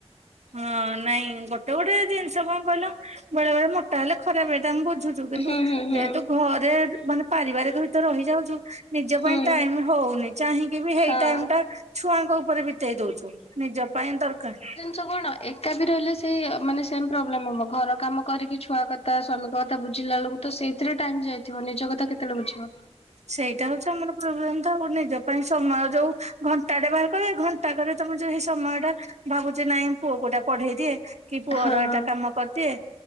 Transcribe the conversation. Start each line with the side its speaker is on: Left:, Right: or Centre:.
Right: ହଁ ନାଇଁ ଗୋ ଟେ ଗୋଟେ ଜିନଷ କଁ କଇଲ ବେଳେ ବେଳେ ମୋଟା ହେଲେ ଖରାପ ହେଇଟା ମୁଁ ବୁଝୁ ଚୁ କିନ୍ତୁ
Left: ହୁଁ ହୁଁ ହୁଁ
Right: ଯେହେତୁ ଘରେ ମାନେ ପାରିବାରିକ ଭିତେରେ ରହିଯାଉଚୁ ନିଜ
Left: ହୁଁ
Right: ପାଇଁ ଟାଇମି ହଉନି ଚାହିଁକି ବି ହେଇ
Left: ହଁ
Right: ଟାଇମଟା ଛୁଆଙ୍କ ଉପରେ ବି ତେଇ ଦଉଚୁ ନିଜ ପାଇଁ ଦରକାର
Left: ଛୁଆ କଣ ଏକା ବି ରହିଲେ ସେଇ ମାନେ ସେମ୍ ପ୍ରୋବ୍ଲେମ୍ ହବ ଘର କାମ କରିକି ଛୁଆ କ ତା ସ୍ୱାମୀଙ୍କ କଥା ବୁଝିଲା ବେଳୁକୁ ତ ସେଇଥିରେ ଟାଇମ୍ ଯାଇଥିବ ନିଜ କଥା କେତେବେଳେ ବୁଝିବ।
Right: ସେଇଟା ହଉଛି ଆମର ପ୍ରୋବ୍ଲେମ୍ ତ ଆଉ ନିଜ ପାଇଁ ସମୟ ଯୋଉ ଘଣ୍ଟାଟେ ବାହାର କରିବେ ହେଇ ଘନ୍ ଘଣ୍ଟାକରେ ତମେ ଯୋଉ ହେଇ ସମୟଟା ଭାବୁଛି ନାଇଁ ପୁଅକୁ ଏଇଟା ପଢେଇ ଦିଏ। କି ପୁଅର
Left: ହଁ
Right: ଏଇଟା କାମ କରିଦିଏ।